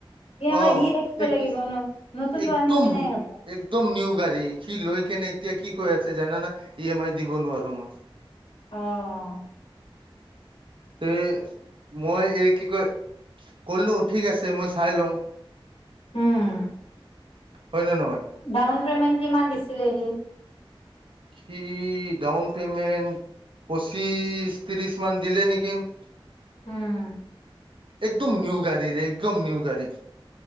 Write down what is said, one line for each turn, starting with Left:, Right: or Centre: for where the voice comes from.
Left: সি আমাৰ
Right: অ
Left: দি থাকিব
Right: এক
Left: লাগিব ন'। নতুন
Right: একদম
Left: লোৱাৰ নিচিনাই হ'ব।
Right: একদম নিউ গাড়ী। সি লয় কেনে এতিয়া কি কৈ আছে জানাানা, ই এম আই দিব নোৱাৰো মই।
Left: অ'।
Right: তে, মই এই কি কয়, কলো ঠিক আছে। মই চাই লওঁ।
Left: উম'।
Right: হয় নে নহয়?
Left: ডাউন পে'মেণ্ট কিমান দিছিলে সি?
Right: সি ডাউন পেমেণ্ট পঁচিশ ত্ৰিশ মান দিলে নিকিন।
Left: উম'।
Right: একদম নিউ গাড়ীৰে। একদম নিউ গাড়ী।